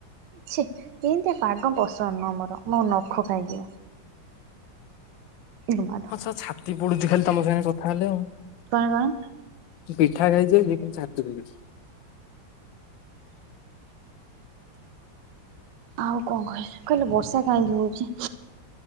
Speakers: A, on the right; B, on the left.
A: ଛି ଏମିତିଆ ପାଗ ପସନ୍ଦ ନୁହଁ ମୋର ମୋ ନଖ ଖାଇଯିବ। ଇଲୋ ମାଲୋ।
B: ହଁଛ ଛାତି ପଡୁଛି ଖାଲି ତମ ସାଙ୍ଗେ କଥା ହେଲେ ଆଉ।
A: କଣେ କଣ?
B: ପିଠା ଖାଇଛି ଯଏ ଛାତି ବିନ୍ଧୁଚି।
A: ଆଉ କଣ କହିଲି କହିଲେ ବର୍ଷା କାହିଁକି ହଉଛି?